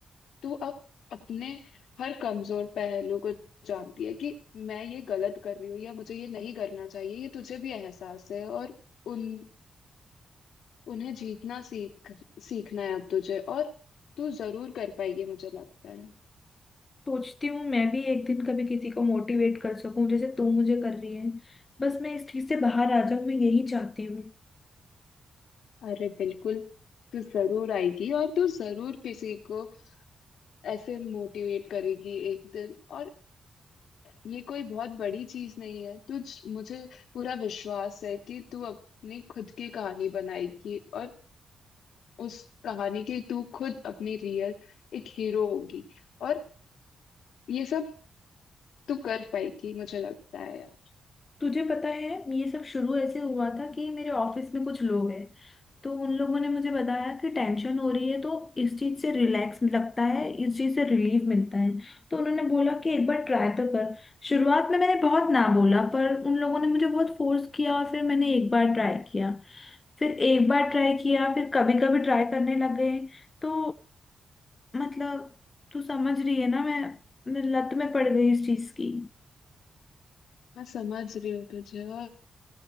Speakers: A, on the left (about 80°); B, on the left (about 25°).
A: तू अब अपने हर कमजोर पहलू को जानती है कि मैं ये गलत कर रही हूँ या मुझे ये नहीं करना चाहिए ये तुझे भी एहसास है और उन उन्हें जीतना सीख सीखना है अब तुझे और तू जरूर कर पाएगी मुझे लगता है
B: सोचती हूँ मैं भी एक दिन कभी किसी को मोटिवेट कर सकूं जैसे तू मुझे कर रही है बस मैं इस चीज से बाहर आ जाऊं मैं यही चाहती हूँ
A: अरे बिल्कुल तू जरूर आएगी और तू जरूर किसी को ऐसे मोटिवेट करेगी एक दिन और ये कोई बहुत बड़ी चीज नहीं है तुझ मुझे पूरा विश्वास है कि तू अपनी खुद की कहानी बनाएगी और उस कहानी की तू खुद अपनी रियल एक हीरो होगी और ये सब तू कर पाएगी मुझे लगता है यार
B: तुझे पता है ये सब शुरू ऐसे हुआ था कि मेरे ऑफिस में कुछ लोग हैं तो उन लोगों ने मुझे बताया कि टेंशन हो रही है तो इस चीज से रिलैक्स लगता है इस चीज से रिलीफ मिलता है तो उन्होंने बोला कि एक बार ट्राई तो कर शुरुआत में मैंने बहुत ना बोला पर उन लोगों ने मुझे बहुत फोर्स किया और फिर मैंने एक बार ट्राई किया फिर एक बार ट्राई किया फिर कभी कभी ट्राई करने लग गए तो मतलब तू समझ रही है ना मैं मैं लत में पड़ गई इस चीज की
A: मैं समझ रही हूँ तुझे और